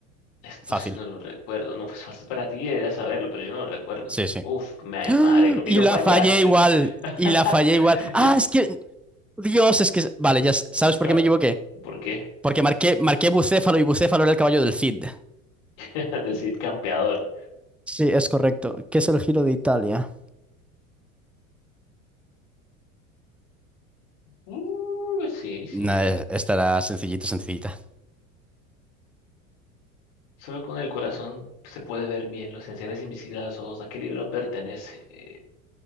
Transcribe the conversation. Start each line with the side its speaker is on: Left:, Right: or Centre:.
Left: Esto
Centre: Fácil.
Left: sí no lo recuerdo. No, pues fácil para ti deberías saberlo, pero yo no lo recuerdo.
Centre: Sí, sí.
Left: Uf, me
Centre: ¡Ah!
Left: marengo. Y
Centre: Y
Left: lo
Centre: la
Left: fallaste.
Centre: fallé igual.
Left: <laughs>
Centre: Y la fallé igual. Ah,
Left: Y
Centre: es que. Dios, es que. Vale, ya s- sabes
Left: está,
Centre: por qué me equivoqué.
Left: ¿por qué?
Centre: Porque marqué, marqué Bucéfalo y Bucéfalo era el caballo del Cid.
Left: <laughs> Del Cid Campeador.
Centre: Sí, es correcto. ¿Qué es el Giro de Italia?
Left: Uh, sí, sí,
Centre: No,
Left: sí.
Centre: eh, esta era sencillita, sencillita.
Left: Solo con el corazón se puede ver bien los esenciales invisibles a los ojos. ¿A qué libro pertenece? Eh,